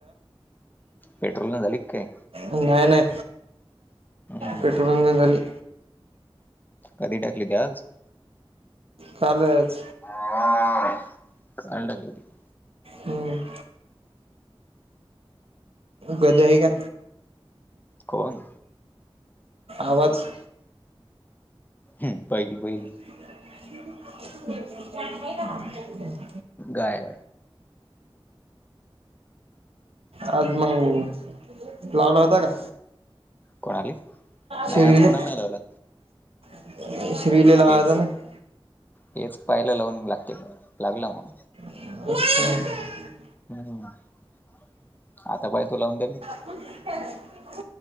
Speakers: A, on the left; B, on the right.
A: पेट्रोल नाही झाली काय?
B: नाही नाही,
A: हम्म
B: पेट्रोल नाही झाली.
A: कधी टाकली ती आज?
B: कालच.
A: <inaudible>
B: हम्म. गधा आहे का?
A: कोण?
B: आवाज?
A: हम बैल बैल.
B: <inaudible>
A: गाय.
B: आज मंग लावला होता का?
A: कोणाली, नाय
B: श्रीले
A: आज कोणाला नाही लावला.
B: <unintelligible>
A: हेच हेच पाह्यला लावून लागतय का लागला मग.
B: <unintelligible>
A: <unintelligible>
B: <unintelligible>